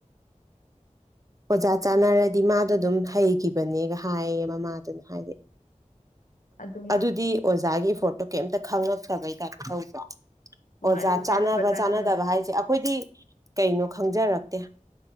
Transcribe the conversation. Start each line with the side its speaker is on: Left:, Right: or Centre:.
Right: ꯑꯣꯖꯥ ꯆꯥꯟꯅꯔꯗꯤ ꯃꯥꯗꯣ ꯑꯗꯨꯝ ꯍꯩꯈꯤꯕꯅꯦꯒ ꯍꯥꯏꯌꯦ ꯃꯃꯥꯗꯨꯅ ꯍꯥꯏꯗꯤ
Left: ꯑꯗꯨ ꯃꯥ
Right: ꯑꯗꯨꯗꯤ ꯑꯣꯖꯥꯒꯤ ꯐꯣꯇꯣ ꯀꯩꯝꯇ ꯈꯪꯉꯛꯇꯕꯩ ꯇꯥꯢꯞꯇ ꯇꯧꯗ꯭ꯔꯣ
Left: ꯍꯣꯏ
Right: ꯑꯣꯖꯥ
Left: ꯑꯗꯨ ꯆꯥꯅꯕ
Right: ꯆꯥꯟꯅꯕ
Left: ꯆꯥꯅꯗꯕ
Right: ꯆꯥꯟꯅꯗꯕ ꯍꯥꯏꯁꯦ ꯑꯩꯈꯣꯏꯗꯤ ꯀꯩꯅꯣ ꯈꯪꯖꯔꯛꯇꯦ